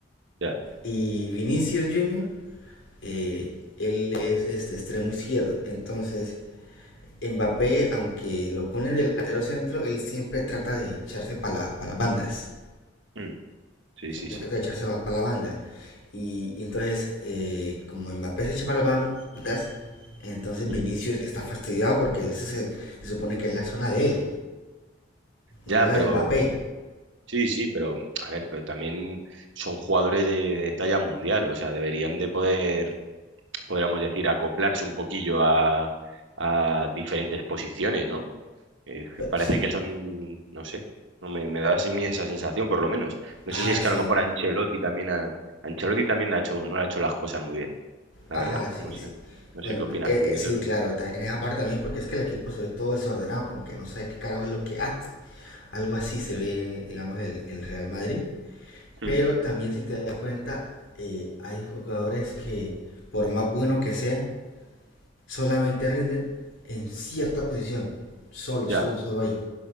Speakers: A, on the right; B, on the left.
A: ya.
B: y Vinicius Jr. eh, él es este extremo izquierdo. Entonces, Mbappé, aunque lo pone en el delantero centro, él siempre trata de echarse para la, pa las bandas.
A: Mm, sí, sí,
B: Él
A: sí.
B: trata de echarse para la banda. Y, y entonces, eh, como Mbappé se echa para las bandas, entonces Vinicius
A: Mm.
B: está fastidiado porque ese se, se supone que es la zona de él,
A: Ya,
B: no la
A: pero
B: de Mbappé.
A: sí, sí, pero a ver, pero también son jugadores de, de talla mundial, o sea, deberían de poder, podríamos decir, acoplarse un poquillo a, a diferentes posiciones, ¿no? Eh, que parece
B: Sí,
A: que son, no sé, no me, me da así mi esa sensación, por lo menos. No
B: ajá,
A: sé si es que
B: sí,
A: a lo mejor Ancelotti también ha, Ancelotti también ha hecho, no ha hecho las cosas muy bien, la
B: ajá,
A: verdad.
B: sí,
A: No sé,
B: sí.
A: no
B: Bueno,
A: sé qué opinas
B: eh,
A: tú de
B: eh, sí,
A: eso.
B: claro, ta- en esa parte también porque es que el equipo se ve todo desordenado, como que no sabe qué carajo es lo que hace. Algo así se ve, digamos, el, el Real Madrid.
A: Hmm,
B: Pero también si te das cuenta, eh, hay jugadores que, por más bueno que sea, solamente rinden en cierta posición. Solo,
A: ya.
B: solo, solo ahí.